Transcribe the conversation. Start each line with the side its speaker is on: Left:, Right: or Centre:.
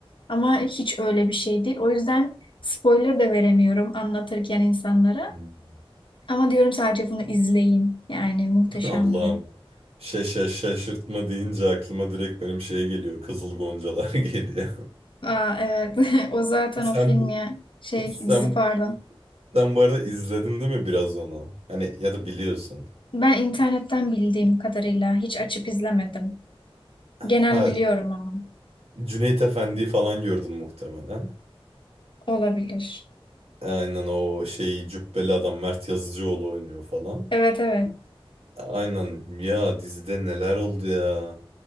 Left: ama hiç öyle bir şey değil. O yüzden spoiler da veremiyorum anlatırken insanlara.
Right: Hmm.
Left: Ama diyorum sadece bunu izleyin. Yani muhteşemdi.
Right: <laughs> Allah'ım. Şaşa şaşırtma deyince aklıma direkt benim şey geliyor. Kızıl Goncalar <laughs> geliyor.
Left: Aa, evet <laughs> o zaten
Right: Sen
Left: o film
Right: bu...
Left: ya şey
Right: Sen,
Left: dizi pardon.
Right: sen bu arada izledin değil mi biraz onu? Hani ya da biliyorsun.
Left: Ben internetten bildiğim kadarıyla hiç açıp izlemedim.
Right: Ha
Left: Genel biliyorum ama
Right: Cüneyt Efendi'yi falan gördün muhtemelen.
Left: olabilir.
Right: Aynen o şeyi cübbeli adam Mert Yazıcıoğlu oynuyor falan.
Left: Evet evet.
Right: Aynen ya dizide neler oldu ya.